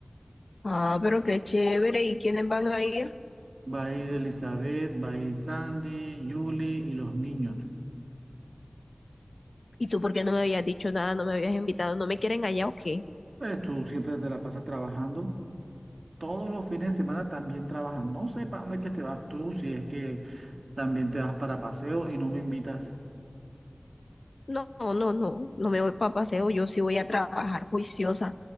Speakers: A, on the left; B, on the right.
A: Ah, pero qué chévere. ¿Y quiénes van a ir?
B: Va a ir Elizabeth, va a ir Sandy, Julie y los niños.
A: ¿Y tú por qué no me habías dicho nada, no me habías invitado? ¿No me quieren allá o qué?
B: Pues tú siempre te la pasas trabajando. Todos los fines de semana también trabajas. No sé para dónde es que te vas tú, si es que también te vas para paseo y no me invitas.
A: No, no, no, no no me voy para paseo, yo sí voy a trabajar juiciosa.